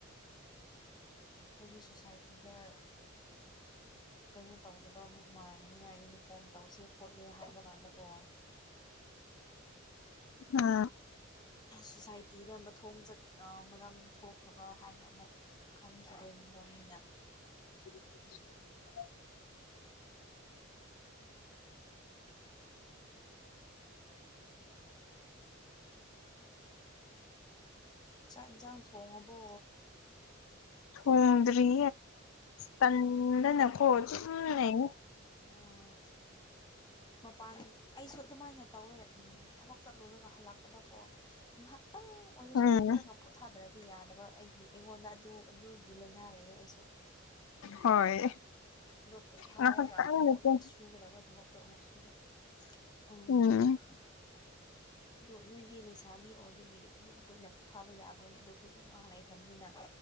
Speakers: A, on the left; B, on the left.
A: ꯑꯩꯈꯣꯏꯒꯤ ꯁꯣꯁꯥꯏꯇꯤꯗ ꯀꯩꯅꯣ ꯇꯧꯗꯕ ꯃꯥꯟꯒꯅꯤꯅ ꯌꯨꯅꯤꯐꯣꯔꯝ ꯇꯧꯁꯦ ꯈꯣꯠꯂꯦ ꯍꯥꯏꯕꯀꯥꯟꯗꯀꯣ
B: ꯑꯥ
A: ꯁꯣꯁꯥꯏꯇꯤꯗ ꯑꯃ ꯊꯣꯡ ꯆꯠ ꯃꯔꯝ ꯊꯣꯛꯇꯕ ꯍꯥꯏꯅ ꯑꯃꯨꯛ ꯈꯟꯈꯤꯗꯣꯏꯅꯦꯕ ꯃꯤꯅ
B: <inaudible> <unintelligible>
A: ꯆꯥꯛ ꯌꯦꯟꯁꯥꯡ ꯊꯣꯡꯉꯕꯣ
B: ꯊꯣꯡꯗꯔꯤ ꯇꯟꯗꯅ ꯀꯣ ꯁꯨꯝ ꯂꯩꯔꯤ
A: ꯑꯣ ꯃꯄꯥꯟ ꯑꯩꯁꯨ ꯑꯗꯨꯃꯥꯏꯅ ꯇꯧꯋꯦ ꯎꯝ ꯊꯕꯛ ꯆꯠꯂꯨꯔꯒ ꯍꯜꯂꯛꯄꯗꯀꯣ ꯉꯥꯏꯍꯥꯛꯇꯪ ꯑꯣꯏꯔꯁꯨ
B: ꯎꯝ
A: ꯍꯤꯞꯂꯒ ꯄꯣꯊꯥꯗ꯭ꯔꯗꯤ ꯌꯥꯗꯕ ꯑꯩꯒꯤ ꯑꯩꯉꯣꯟꯗ ꯑꯗꯨ ꯑꯗꯨꯒꯤ ꯂꯥꯏꯅꯥ ꯂꯩꯌꯦ ꯑꯩꯁꯨ
B: ꯍꯣꯏ
A: ꯑꯗꯨ ꯄꯣꯊꯥꯔꯒ
B: ꯉꯥꯏꯍꯥꯛꯇꯪꯅꯤꯀꯣ
A: ꯑꯃꯨꯛ ꯁꯨꯒꯗꯕ ꯊꯕꯛꯇꯣ ꯑꯃꯨꯛ ꯁꯨꯕ ꯑꯣ
B: ꯎꯝ
A: ꯑꯗꯣ ꯅꯣꯏꯗꯤ ꯂꯩꯁꯥꯕꯤ ꯑꯣꯏꯕꯒꯤ ꯑꯗꯨꯝ ꯀꯨꯏꯅ ꯄꯣꯊꯥꯕ ꯌꯥꯕꯅꯤ ꯑꯗꯣ ꯑꯩꯈꯣꯏꯗꯤ ꯑꯉꯥꯡ ꯂꯩꯈ꯭ꯔꯕꯅꯤꯅ